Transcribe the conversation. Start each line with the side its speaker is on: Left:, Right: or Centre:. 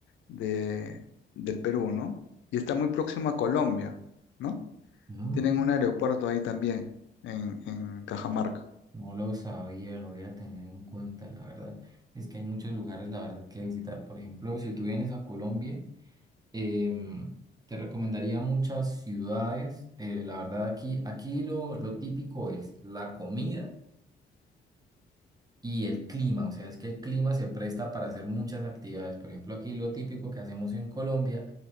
Left: de- del Perú, ¿no? Y está muy próximo a Colombia, ¿no?
Right: Mm,
Left: Tienen un aeropuerto ahí también, en, en Cajamarca.
Right: No lo sabía, lo voy a tener en cuenta, la verdad. Es que hay muchos lugares, la verdad, que visitar. Por ejemplo, si tú vienes a Colombia, Em, te recomendaría muchas ciudades. eh, la verdad, aquí, aquí lo, lo típico es la comida y el clima, o sea, es que el clima se presta para hacer muchas actividades. Por ejemplo, aquí lo típico que hacemos en Colombia